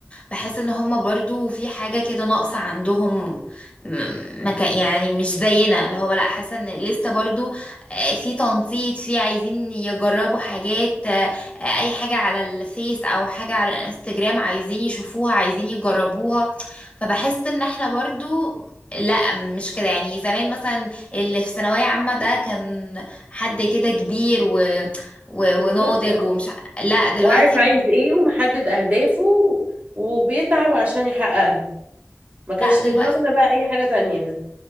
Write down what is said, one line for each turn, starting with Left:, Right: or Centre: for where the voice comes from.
Left: بحس إن هم برضو في حاجة كده ناقصة عندهم م- ما كان يعني مش زينا اللي هو لا حاسه ان لسه برضو آه، في تنطيط في عايزين يجربوا حاجات آه، آه، اي حاجه على الفيس او حاجه على الانستجرام عايزين يشوفوها عايزين يجربوها فبحس ان احنا برضو لا مش كده يعني زمان مثلا اللي في ثانويه عامه ده كان حد كده كبير و... و...
Right: بالظبط
Left: وناضج ومش ع- لا دلوقتي
Right: وعارف عايز ايه ومحدد اهدافه وبيتعب عشان يحققها ما كانش
Left: لا دلوقتي
Right: في دماغنا بقى اي حاجة تانية